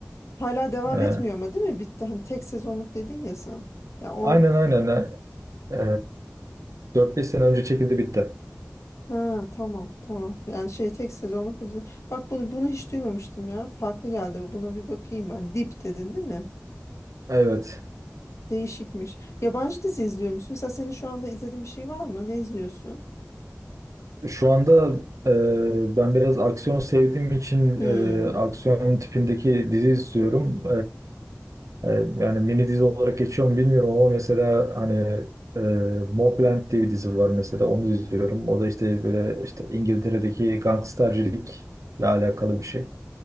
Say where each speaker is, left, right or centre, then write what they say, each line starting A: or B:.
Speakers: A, on the left; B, on the right.
A: Hala devam
B: Ee,
A: etmiyor ama değil mi? Bitti. Hani tek sezonluk dedin ya sen. Ya o
B: aynen aynen. Ee, 4-5 sene önce çekildi bitti.
A: ha tamam tamam. Yani şey tek sezonluk bir dizi. Bak bunu bunu hiç duymamıştım ya. Farklı geldi. Buna bir bakayım ben. Dip dedin değil mi?
B: Evet.
A: Değişikmiş. Yabancı dizi izliyor musun? Mesela senin şu anda izlediğin bir şey var mı? Ne izliyorsun?
B: Şu anda e, ben biraz aksiyon sevdiğim için
A: Hmm.
B: e, aksiyon tipindeki dizi istiyorum. E, e, yani mini dizi olarak geçiyor mu bilmiyorum ama mesela hani e, Mobland diye bir dizi var mesela onu izliyorum. O da işte böyle işte İngiltere'deki gangstercilikle alakalı bir şey.